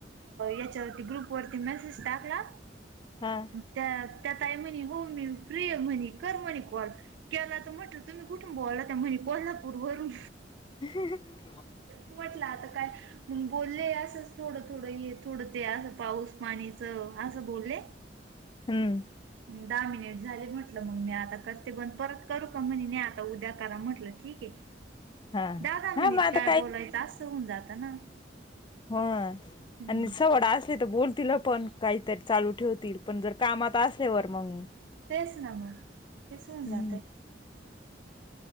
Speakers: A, on the right; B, on the left.
A: याच्यावरती ग्रुपवररती मेसेज टाकला.
B: हा
A: त्या त्यातई म्हने हो मी प्रिय म्हने कर म्हणे कॉल, केला तर म्हटलं तुम्ही कुठुं बोलाता म्हने कोल्हापूर वरून.
B: ह...
A: म्हटलं आता काय, मग बोलले असंच थोडं थोडं हे थोडं ते असं पाऊस पाणीच असं बोलले.
B: हम्म
A: दहा मिनिट झाले म्हटलं मग मी आता करते बण परत करू का म्हणे नाही आता उद्या करा म्हटलं ठीक आहे.
B: हा
A: दहा दहा
B: हा
A: मिनिट
B: मता,
A: काय बोलायचं असं होऊन जात ना.
B: होय
A: हम्म
B: आणि सवड असले तर बोलतील पण काहीतरी चालू ठेवतील पण जर कामात असल्यावर मग.
A: तेच ना मग तेचून
B: हम्म
A: जातय.